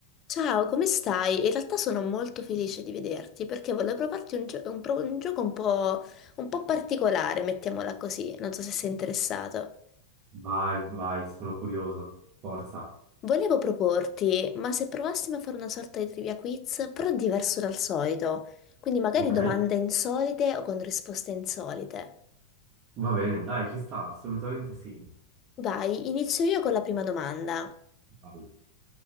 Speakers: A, on the left; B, on the right.
A: Ciao, come stai? In realtà sono molto felice di vederti perché volevo provarti un, gio- un pro- un gioco un po', un po' particolare, mettiamola così, non so se sei interessato.
B: Vai, vai, sono curioso. Forza.
A: Volevo proporti, ma se provassimo a fare una sorta di trivia quiz, però diverso dal solito, quindi magari
B: Ok?
A: domande insolite o con risposte insolite.
B: Va bene, dai, ci sta, assolutamente sì.
A: Vai, inizio io con la prima domanda.
B: Vai.